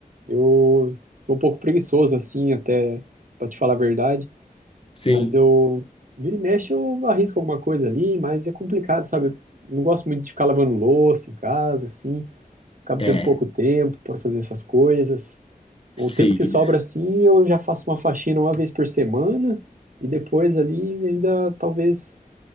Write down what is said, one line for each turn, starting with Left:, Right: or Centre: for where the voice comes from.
Right: Eu sou um pouco preguiçoso, assim, até, pra te falar a verdade.
Left: Sim,
Right: Mas eu, vira e mexe, eu arrisco alguma coisa ali, mas é complicado, sabe? Não gosto muito de ficar lavando louça em casa, assim. Acabo
Left: é,
Right: tendo pouco tempo para fazer essas coisas. O
Left: sim.
Right: tempo que sobra, assim, eu já faço uma faxina uma vez por semana e depois ali ainda talvez